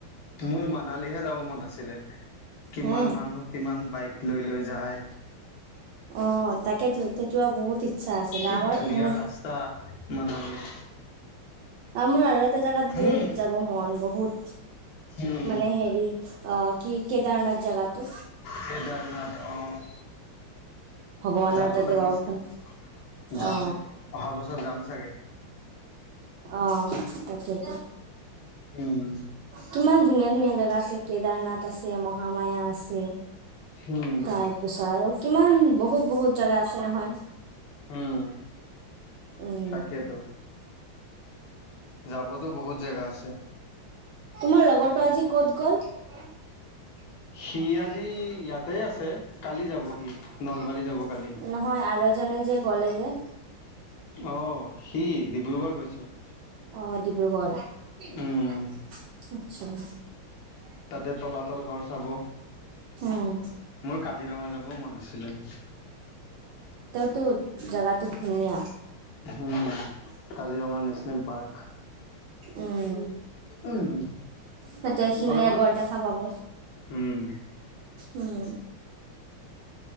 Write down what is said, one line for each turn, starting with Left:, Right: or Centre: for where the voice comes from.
Left: মোৰ মানালীহে যাব মন আছিলে। কিমান
Right: হে।
Left: মানুহ কিমান বাইক লৈ লৈ যায়
Right: অ' তাকেটো তেত যোৱা বহুত ইচ্ছা আছিলে।
Left: কি
Right: আমাৰ-মোৰ
Left: ধুনীয়া ৰাস্তা মানালীৰ
Right: অ' মোৰ আৰু এটা জোগাত বহুত
Left: উম
Right: যাব মন। বহুত।
Left: উম
Right: মানে হেৰি অ কি কেদাৰনাথ জেগাটো
Left: কেদাৰনাথ অ'
Right: ভগৱানৰ
Left: যাব
Right: তাতে
Left: লাগিছিল
Right: পাব ফোন
Left: যাম
Right: অ
Left: এদিন অহা বছৰ যাম চাগে
Right: অ' তাকেতো।
Left: উম
Right: কিমান ধুনীয়া ধুনীয়া জেগা আছিল কেদাৰনাথ আছে <unintelligible> হামায়া আছে
Left: উম
Right: তাৰপিছত আৰু, কিমান বহুত বহুত জেগা আছে নহয়।
Left: উম
Right: উম
Left: তাকেতো, যাবতো বহুত জেগা আছে
Right: তোমাৰ লগৰটো আজি কত গ'ল। নহয়,
Left: সি আজি ইয়াতে আছে কালি যাব সি নলবাৰী যাব কালি
Right: আৰু এজন <unintelligible> যে, গ'লে যে
Left: অ', সি ডিব্ৰুগড় গৈছে।
Right: অ', ডিব্ৰুগড়। <unintelligible>
Left: উম তাতে তলাতল ঘৰ চাব,
Right: উম
Left: মোৰ কাজিৰঙা যাবও মন আছিলে।
Right: টোত জাগাটো ধুনীয়া।
Left: উম কাজিৰঙা নেচনেল পাৰ্ক
Right: উম,
Left: উম,
Right: তাতে এশিঙীয়া
Left: অলপমান
Right: গঁড় দেখা পাব,
Left: উম,
Right: উম।